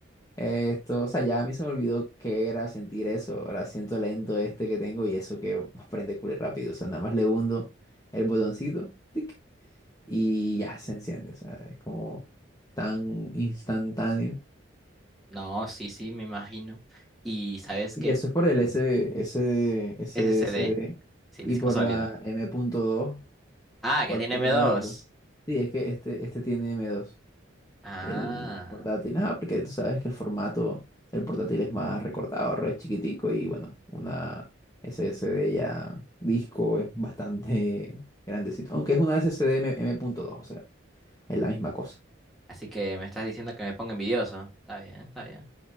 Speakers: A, on the left; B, in the centre.
A: Esto, o sea, ya a mí se me olvidó qué era sentir eso, ahora siento lento este que tengo y eso que prende culo rápido. O sea, nada más le hundo el botoncito, tic, y ya se enciende. O sea, es como tan instantáneo.
B: No, sí, sí, me imagino. Y ¿sabes
A: Y
B: qué?
A: eso es por el S, S, SSD
B: SSD, sí,
A: y
B: disco
A: por
B: sólido.
A: la M.2,
B: Ah,
A: cualquiera
B: que tiene m dos.
A: de las dos. Sí, es que este, este tiene m dos
B: Ah,
A: el portátil. Ah, porque tú sabes que el formato del portátil es más recortado, re chiquitico y bueno, una SSD ya disco es bastante <laughs> grandecito. Aunque es una SSD M- M.2, o sea, es la misma cosa.
B: así que me estás diciendo que me pongo envidioso. Está bien, está bien.